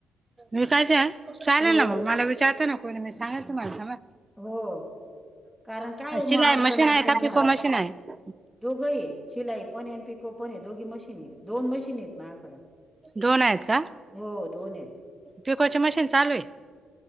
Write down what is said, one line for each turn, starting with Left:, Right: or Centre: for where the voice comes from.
Right: वीकायच चालेल
Centre: हो
Right: ना मग मला विचारतो ना कोणी मी सांगेलं तुमाला थाबा.
Centre: हो कारण काय
Right: शिलाई
Centre: म अडचण
Right: मशीन
Centre: अडचण
Right: आहे का
Centre: घरात.
Right: पिको मशीन आहे
Centre: दोघंही आहे शिलाई पण आणि पिको पण आहे दोघी मशीन आहे दोन मशीन आहेत माझ्याकडं.
Right: दोन आहेत का
Centre: हो दोन आहेत
Right: पिकोची मशीन चालू आहे.